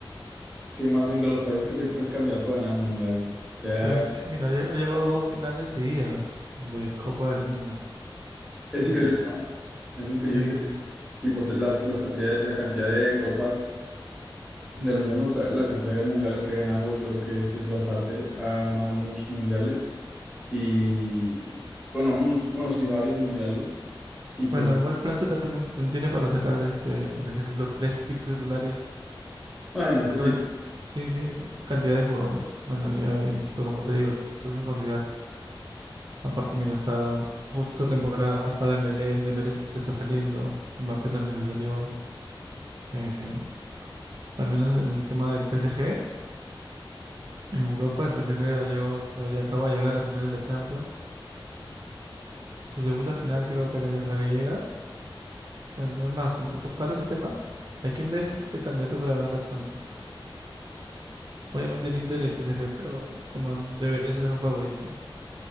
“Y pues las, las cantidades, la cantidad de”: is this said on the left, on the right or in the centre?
Centre